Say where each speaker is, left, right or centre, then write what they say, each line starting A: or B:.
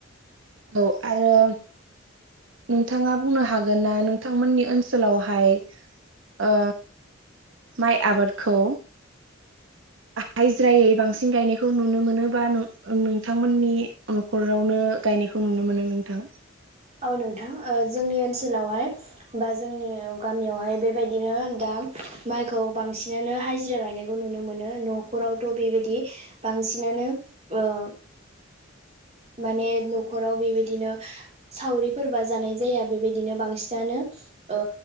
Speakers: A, on the right; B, on the right.
A: औ आरो नोंथाङा बुंनो हागोन ना नोंथांमोननि ओनसोलावहाय ओ माइ आबादखौ हायजिरायै बांसिन गायनायखौ नुनो मोनोबा नोंथांमोननि हरावनो गायनायखौ नुनो मोनो नोंथां।
B: औ नोंथां ओ जोंनि ओनसोलावहाय बा जोंनि गामियावहाय बेबायदिनो दा माइखौ बांसिनानो हाजिरा गायनाय नुनो मोनो न'खरावथ' बेबायदि बांसिनानो ओ माने न'खराव बेबायदिनो सावरिफोरबा जानाय जाया बेबायदिनो बांसिनानो ओ